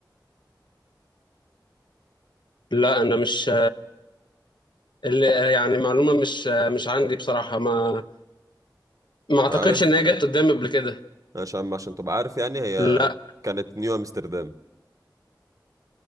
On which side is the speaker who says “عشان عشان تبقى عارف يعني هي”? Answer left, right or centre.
Right